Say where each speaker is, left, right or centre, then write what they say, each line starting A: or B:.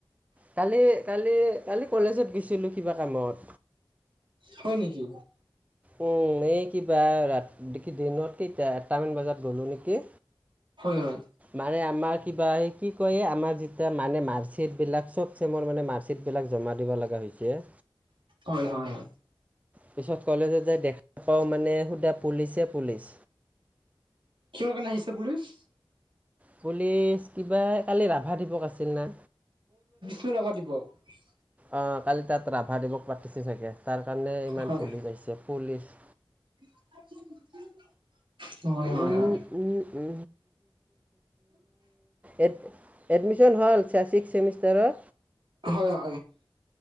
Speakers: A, on the right; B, on the right.
A: কালি কালি কালি কলেজত গৈছিলো কিবা কামত?
B: হয় নেকি?
A: উম এই কিবা ৰা দি কি দিনত তিতে আটটামান বজাত গ'লো নে কি
B: হয় হয়
A: মানে আমাৰ কিবা এই- কি কয় য়ে আমাৰ যেতিয়া মানে মাৰ্কশ্বিটবিলাক চব চেমৰ মানে মাৰ্কশ্বিটবিলাক জমা দিব লগা হৈছে।
B: হয় হয় হয়।
A: পিছত কলেজত যাই দেখা পাওঁ মানে সুধা পুলিচে এ পুলিচ
B: কিহৰ কাৰণে আহিছে পুলিচ?
A: পুলিচ কিবা কালি ৰাভা দিৱস আছিল না
B: ষ্ণু ৰাভা দিৱস।
A: অ' কালি তাত ৰাভা দিৱস পাতিছে চাগে। তাৰ কাৰণে ইমান
B: হয়
A: পুলিচ আহিছে পুলিচ
B: <inaudible> হয়
A: ও
B: হয়।
A: ও ও‌ এড এডমিশন হ'ল ছে ছিক্স ছেমি- ষ্টাৰৰ?
B: হয় অ